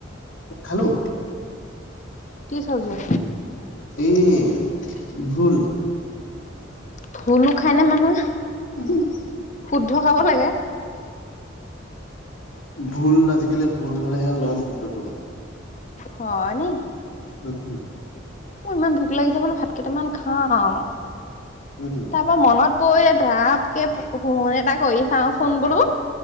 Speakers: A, on the left; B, on the left.
A: খালো
B: কি চবজি আ
A: এই ভুল
B: ভুলো খায়নে মানুহে
A: <inaudible>
B: শুদ্ধ খাব লাগে
A: ভুল আজিকালি ভুল খালেহে অলপমান শুদ্ধতটো হয়
B: হয় নি
A: উম হুম
B: মোৰ ইমান ভোক লাগিছে বোলো ভাত কেইটামান খাওঁ
A: উমহুম
B: তাৰ পৰা মনত পৰিলে ধাপকে ফুণ এটা কৰি চাওঁচোন বোলো